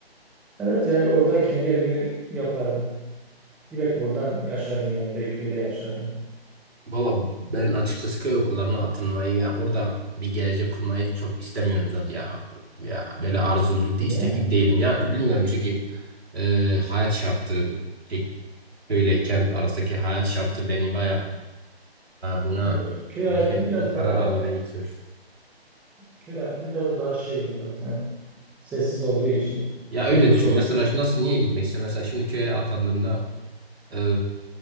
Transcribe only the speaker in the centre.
evet yani orada kendi evimi yaparım. Direkt oradan yaşarım yani. Direkt köyde yaşarım.
Hmm.
Niye?
Yani köy
hayatı
biraz
daha
köy hayatı biraz daha şey zaten. Sessiz olduğu için.
Huzurlu
olduğu
için.